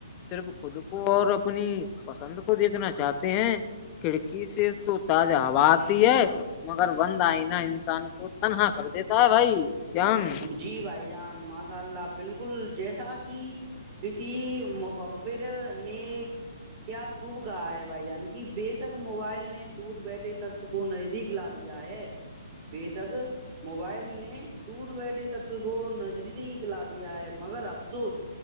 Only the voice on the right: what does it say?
اب جی بھائی جان م مشاء اللہ بالکل جیسا کہ کسی مففر نے کیا خوب کہا ہے بھائی جان کی بےشک موبائل نے دور بیٹھے شخص کو نزدیک لا دیا ہے بے شک موبائل نے دور بیٹھے شخص کو نجریکلا دیا ہے مگر افسوس